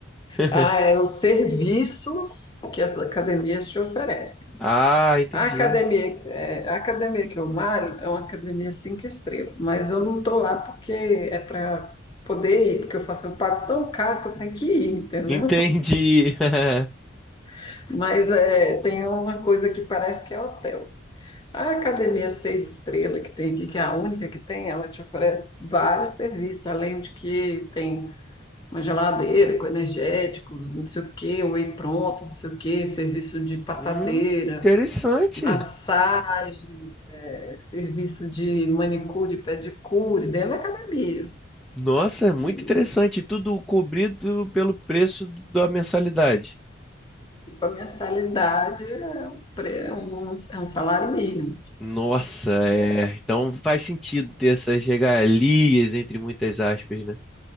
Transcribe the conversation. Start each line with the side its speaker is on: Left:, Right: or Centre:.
Centre: <laughs>
Left: Ah, é os serviços que as academias te oferecem.
Centre: Ah, entendi.
Left: A academia, que- é, a academia que eu malho é uma academia cinco estrelas, mas eu não estou lá porque é para poder ir, porque eu faço eu pago tão caro que eu tenho que ir, entendeu?
Centre: Entendi. <laughs>
Left: <laughs> Mas é, tem uma coisa que parece que é hotel. A academia seis estrelas que tem aqui, que é a única que tem, ela te oferece vários serviços, além de que tem uma geladeira com energéticos, não sei o quê, whey pronto, não sei o quê, serviço de passadeira,
Centre: Hum, interessante.
Left: massagem. É, serviço de manicure, pedicure, dentro da academia.
Centre: Nossa, é muito
Left: E,
Centre: interessante. Tudo cobrido pelo preço da mensalidade.
Left: tipo, a mensalidade é um, pre- é um- é um salário mínimo.
Centre: Nossa, é. Então faz sentido ter essas regalias, entre muitas aspas, né?